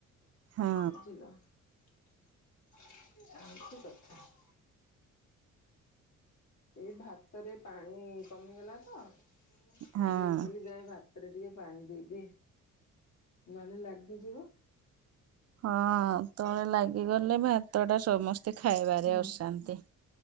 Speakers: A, on the left (about 70°); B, on the right (about 55°).
A: <unintelligible>
B: ହଁ
A: ଏଇ ଭାତରେ ପାଣି କମିଗଲା ତ <unintelligible> କହିଲି
B: ହଁ।
A: ଯାଏ ଭାତରେ ଟିକେ ପାଣି ଦେଇଦିଏ, ନହେଲେ ଲାଗିଯିବ।
B: ହଁ ତଳେ ଲାଗିଗଲେ ଭାତ ଟା ସମସ୍ତେ ଖାଇବାରେ
A: ହୁଁ
B: ଅସାନ୍ତି।